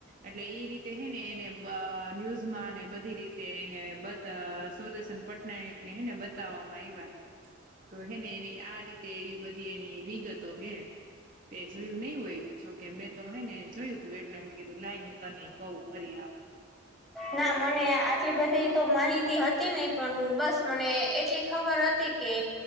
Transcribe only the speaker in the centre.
ના મને આટલી બધી તો માહિતી હતી નહ પણ બસ મને એટલી ખબર હતી. કે.